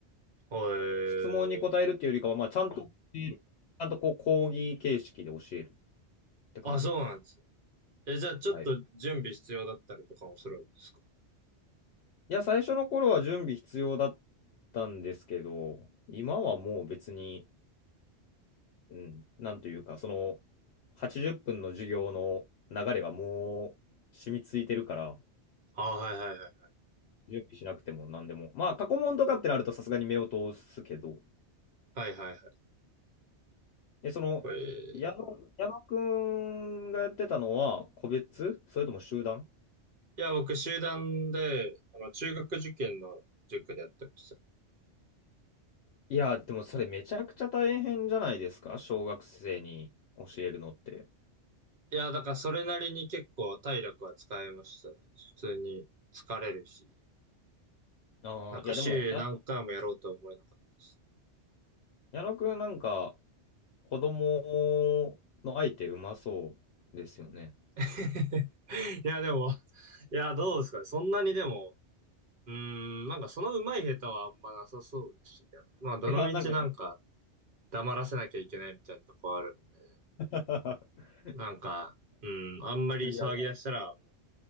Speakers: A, on the right (about 50°); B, on the left (about 70°).
A: はい。
B: 質問に答えるっていうよりかは、まあ、ちゃんと教える、ちゃんとこう講義形式で教えるって感じです。
A: あ、そうなんですね。え、じゃあちょっと準備必要だったりとかもするんですか
B: はい。いや、最初の頃は準備必要だったんですけど、今はもう別に、うん、なんというか、その80分の授業の流れがもう染みついてるから、
A: あはいはいはいはい。
B: 準備しなくても何でも。まあ、過去問とかってなるとさすがに目を通すけど、
A: はいはいは
B: え、その、
A: い。へ
B: 矢野、
A: え
B: 矢野くんがやってたのは個別それとも集団
A: いや、僕、集団で、あの、中学受験の塾でやってました。い
B: いや、でもそれめちゃくちゃ大変じゃないですか小学生に教えるのって。
A: や、だからそれなりに結構体力は使えましたね。普通に疲れるし、
B: ああ、
A: なんか週何回もやろうとは思えなかったし。
B: いやでも、や矢野くんなんか子供の相手うまそうですよね。
A: <laughs> いや、でも、いや、どうですかね。そんなにでも、うーん、なんかその上手い下手はあんまなさそうでしたけどね。まあ、どのみちなんか
B: いや、なんか、はい
A: 黙らせなきゃいけないみたいなとこあるんで、
B: <laughs>
A: なんか、うん、あんまり騒ぎ出したらも
B: いや、<laughs>